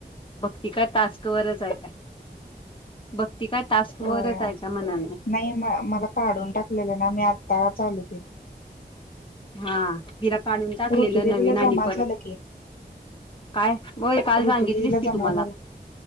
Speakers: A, on the left (about 30°); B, on the left (about 55°).
A: बघती काय टास्क वरच आहे काय भक्ती काय टास्कवरच
B: होय अजून
A: आहे का म्हणाला
B: नाही म मला काढून टाकलेलं ना मी आता चालू के
A: हा तिला काढून टाकलेलं
B: ऋतू दिदीला
A: नवीन आणि
B: जमा
A: परत.
B: झालं की
A: काय बर काल
B: ऋतू
A: सांगितलीस
B: दिदीला
A: ती
B: जमा
A: तुम्हाला.
B: झालं.